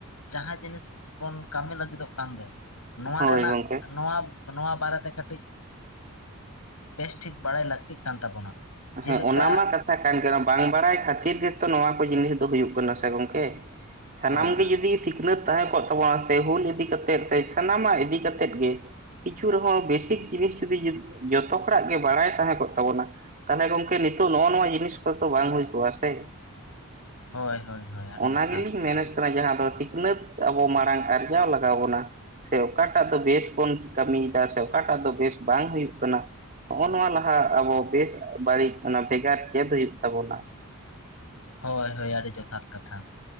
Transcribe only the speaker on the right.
ᱦᱳᱭ
ᱜᱚᱝᱠᱮ
ᱦᱮᱸ ᱚᱱᱟ ᱢᱟ ᱠᱟᱛᱷᱟ ᱠᱟᱱ ᱜᱮᱭᱟ ᱵᱟᱝ ᱵᱟᱲᱟᱭ ᱠᱷᱟᱹᱛᱤᱨ ᱜᱮᱛᱚ ᱱᱚᱣᱟ ᱠᱚ ᱡᱤᱱᱤᱥ ᱫᱚ ᱦᱩᱭᱩᱜ ᱠᱟᱱᱟ ᱥᱮ ᱜᱚᱝᱠᱮ ᱥᱟᱱᱟᱢ
ᱜᱮ
ᱡᱩᱫᱤ ᱥᱤᱠᱷᱱᱟᱹᱛ ᱛᱟᱦᱮᱸ ᱠᱚᱜ ᱛᱟᱵᱚᱱᱟ ᱥᱮ ᱦᱩᱞ ᱤᱫᱤ ᱠᱟᱛᱮᱫ ᱥᱮ ᱥᱟᱱᱟᱢᱟᱜ ᱤᱫᱤ ᱠᱟᱛᱮᱫ ᱜᱮ ᱠᱤᱪᱷᱩ ᱨᱮᱦᱚᱸ ᱵᱮᱥᱤᱠ ᱡᱤᱱᱤᱥ ᱡᱩᱫᱤ ᱡᱚᱛᱚ ᱦᱚᱲᱟᱜ ᱜᱮ ᱵᱟᱲᱟᱭ ᱛᱟᱦᱮᱸ ᱠᱚᱜ ᱛᱟᱵᱚᱱᱟ ᱛᱟᱦᱚᱞᱮ ᱜᱚᱢᱠᱮ ᱱᱤᱛᱚᱜ ᱱᱚᱜ-ᱚᱭ ᱱᱚᱣᱟ ᱡᱤᱱᱤᱥ ᱠᱚᱫᱚ ᱵᱟᱝ ᱦᱩᱭ ᱠᱚᱜ-ᱟ ᱥᱮ
ᱚᱱᱟ
ᱜᱮᱞᱤᱧ ᱢᱮᱱᱮᱫ ᱠᱟᱱᱟ ᱡᱟᱦᱟᱸ ᱫᱚ ᱥᱤᱠᱷᱱᱟᱹᱛ ᱟᱵᱚ ᱢᱟᱲᱟᱝ ᱟᱨᱡᱟᱣ ᱞᱟᱜᱟᱣ ᱵᱚᱱᱟ ᱥᱮ ᱚᱠᱟᱴᱟᱜ ᱫᱚ ᱵᱮᱥ ᱵᱚᱱ ᱠᱟᱹᱢᱤᱭᱮᱫᱟ ᱥᱮ ᱚᱠᱟᱴᱟᱜ ᱫᱚ ᱵᱮᱥ ᱵᱟᱝ ᱦᱩᱭᱩᱜ ᱠᱟᱱᱟ ᱦᱚᱸᱜ ᱱᱚᱣᱟ ᱞᱟᱦᱟ ᱟᱵᱚ ᱵᱮᱥ ᱵᱟᱹᱲᱤᱡ ᱚᱱᱟ ᱵᱷᱮᱜᱟᱨ ᱪᱮᱫ ᱦᱩᱭᱩᱜ ᱛᱟᱵᱚᱱᱟ